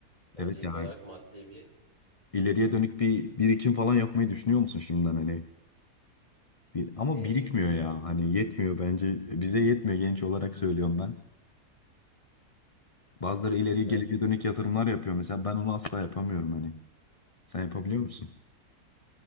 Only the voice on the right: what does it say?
Öncelik
olarak maddi bir
e,
düşün.
Evet,